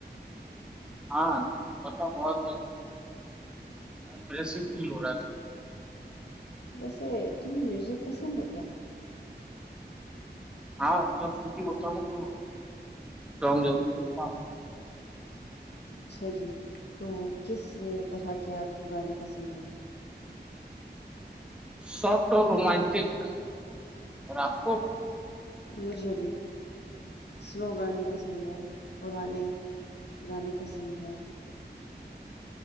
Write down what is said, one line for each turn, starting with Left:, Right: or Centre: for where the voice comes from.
Centre: ہاں ورنہ بہت امپرسیو فیل ہو رہا تھا
Left: ویسے تمہیں میوزک پسند ہے کیا
Centre: ہاں جب فری ہوتا ہوں تو سونگ ضرور سنتا ہوں
Left: اچھا جی تو کس طرح کے آپ کو گانے پسند ہیں
Centre: سوفٹ اور رومنٹک اور اپ کو
Left: مجھے بھی سلو گانے پسند پسند ہے پرانے گانے پسند ہیں